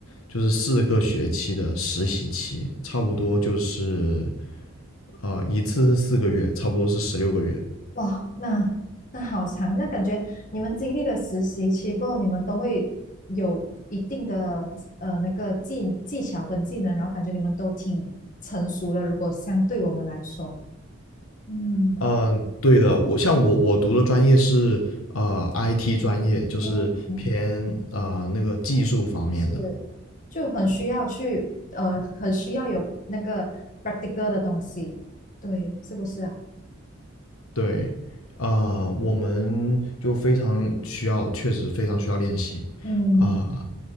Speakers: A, on the left; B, on the left.
A: 就是四个学期的实习期，差不多就是啊、呃一次是四个月，差不多是十六个月。
B: 哇，那那好长，那感觉你们经历了实习期过后，你们都会有一定的呃那个技技巧跟技能，然后感觉你们都挺成熟了。如果相对我们来说，嗯
A: 嗯，呃对的，我像我我读的专业是呃 IT 专业，就是偏呃那个技术方面的。
B: 嗯，是，就很需要去呃，很需要有那个 practical 的东西，对，是不是啊？
A: 对，啊、我们就非常需要，确实非常需要练习
B: 嗯。
A: 啊、